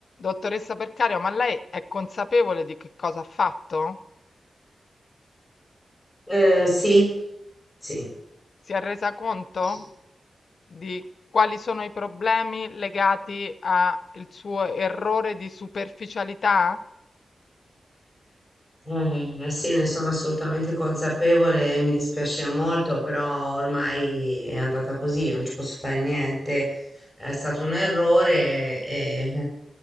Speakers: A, on the left; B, in the centre.
A: Dottoressa Percario, ma lei è consapevole di che cosa ha fatto?
B: Ehm, sì, sì,
A: Si è resa conto
B: sì.
A: di quali sono i problemi legati al suo errore di superficialità?
B: Ehm, sì, ne sono assolutamente consapevole e mi dispiace molto, però ormai è andata così, non ci posso fare niente. È stato un errore e eh,